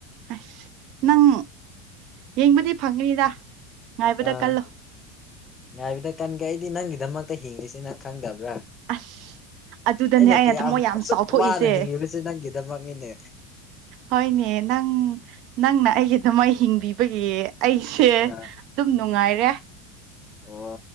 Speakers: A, on the right (about 60°); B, on the left (about 30°).
A: ꯑꯩꯁ ꯅꯪ ꯌꯦꯡꯕꯗꯤ ꯐꯪꯒꯅꯤꯗ ꯉꯥꯏꯕꯗ
B: ꯑꯥ
A: ꯀꯜꯂꯣ
B: ꯉꯥꯏꯕꯗ ꯀꯟꯒꯦ ꯑꯩꯗꯤ ꯅꯪꯒꯤꯗꯃꯛꯇ ꯍꯤꯡꯔꯤꯁꯤ ꯅꯪ ꯈꯪꯗꯕ꯭ꯔꯥ
A: ꯑꯁ ꯑꯗꯨꯗꯅꯦ
B: ꯑꯩꯅ ꯀꯌꯥꯝ
A: ꯊꯃꯣꯏ ꯌꯥꯝ
B: ꯑꯁꯨꯛ
A: ꯆꯥꯎꯊꯣꯛꯏꯁꯦ
B: ꯋꯥꯅ ꯍꯤꯡꯉꯤꯕꯁꯦ ꯅꯪꯒꯤꯗꯃꯛꯅꯤꯅꯦ
A: ꯍꯣꯏꯅꯦ ꯅꯪ ꯅꯪꯅ ꯑꯩꯒꯤꯗꯨꯃꯥꯏ ꯍꯤꯡꯕꯤꯕꯒꯤ ꯑꯩꯁꯦ
B: ꯑꯥ
A: ꯗꯨꯝ ꯅꯨꯡꯉꯥꯏꯔꯦ
B: ꯑꯣ